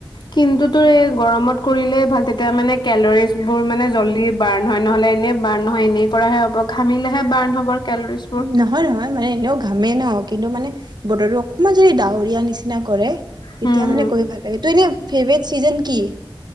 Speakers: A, on the left; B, on the right.
A: কিন্তু তোৰ এই গৰমত কৰিলে ভাল। তেতিয়া মানে কেলৰি বোৰ মানে জল্দি বাৰ্ণ্ড হয় নহলে এনেই বাৰ্ণ্ড নহয়, এনেই কৰাহে হ'ব ঘাঁমিলেহে বাণ্ড হব। কেলৰিজ বোৰ
B: নহয়-নহয়, মানে এনেও ঘামেই ন কিন্তু মানে বতৰটো অকণমান যদি ডাৱৰীয়া নিচিনা কৰে, তেতিয়া
A: হম
B: মানে
A: হম
B: গৈ ভাল লাগে। তোৰ এনেই ফেভৰেট চিজন কি?